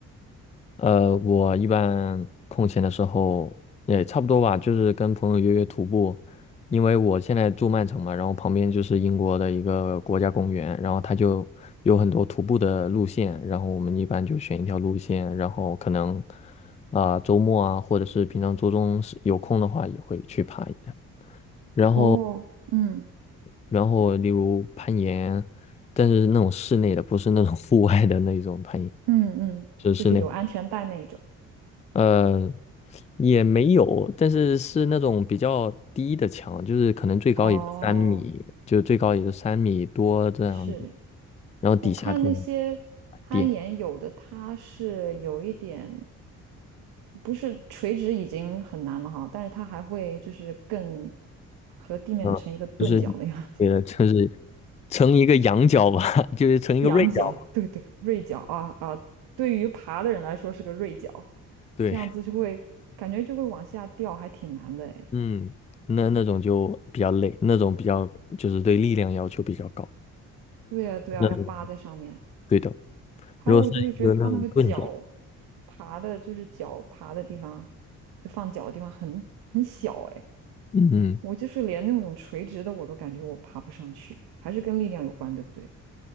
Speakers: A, on the left; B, on the right.
A: 呃，我一般空闲的时候也差不多吧，就是跟朋友约约徒步，因为我现在住曼城嘛，然后旁边就是英国的一个国家公园，然后它就有很多徒步的路线，然后我们一般就选一条路线，然后可能啊、周末啊，或者是平常周中是有空的话也会去爬一下，然后
B: 哦，嗯
A: 然后例如攀岩，但是那种室内的，不是那种户外的那种攀岩，
B: 嗯嗯，
A: 就是室内。
B: 就是有安全带那一种。
A: 呃，也没有，但是是那种比较低的墙，就是可能最高也就三米，
B: 哦，
A: 就最高也就三米多这样子，
B: 是
A: 然后底下就
B: 我看那些攀岩，
A: 很低，
B: 有的它是有一点，不是垂直已经很难了哈，但是它还会就是更和地面成一个钝角那样，
A: 嗯，就是也就是成一个羊角吧，<laughs> 就是成一个锐角吧，
B: <laughs> 仰角，对对，锐角啊啊，对于爬的人来说是个锐角，
A: 对，
B: 这样子就会感觉就会往下掉，还挺难的哎。
A: 嗯，那那种就比较累，那种比较就是对力量要求比较高，
B: 对呀对呀，
A: 那种
B: 要扒在上面。
A: 对的，
B: 还有我就是觉得他那个脚
A: 如果是一个那种钝角，
B: 爬的，就是脚爬的地方，就放脚的地方很很小哎，
A: 嗯，
B: 我就是连那种垂直的我都感觉我爬不上去，还是跟力量有关，对不对？